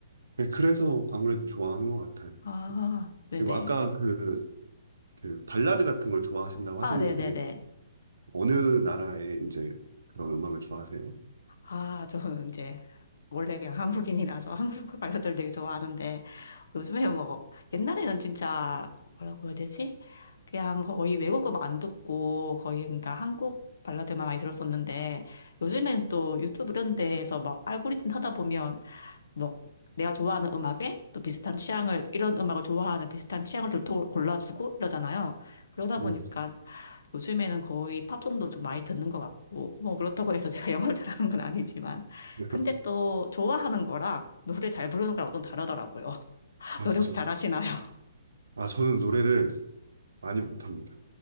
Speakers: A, on the right; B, on the left.
A: 네, 그래서 아무래도 좋아하는 것 같아요.
B: 아, 네네.
A: 그리고 아까 그, 그 발라드 같은 걸 좋아하신다고 하셨는데
B: 아, 네네네.
A: 어느 나라의 이제 그런 음악을 좋아하세요?
B: 아, 저는 이제 원래 그냥 한국인이라서 <laughs> 한국 발라드를 되게 좋아하는데 요즘에 뭐 옛날에는 진짜 뭐라고 해야 되지? 그냥 거의 외국 음악 안 듣고 거의 그러니까 한국 발라드만 많이 들었었는데 요즘엔 또 유튜브 이런 데에서 막 알고리즘 하다 보면 뭐 내가 좋아하는 음악에 또 비슷한 취향을 이런 음악을 좋아하는 비슷한 취향을 또 골라주고 이러잖아요. 그러다
A: 음,
B: 보니까 요즘에는 거의 팝송도 좀 많이 듣는 것 같고 뭐 그렇다고 해서 제가 <laughs> 영어를 잘하는 건 아니지만
A: 네,
B: 근데 또 좋아하는 거랑 노래 잘 부르는 거랑 좀 다르더라고요. <laughs>
A: 맞죠.
B: 노래 혹시 잘하시나요?
A: 아, 저는 노래를 많이 못합니다.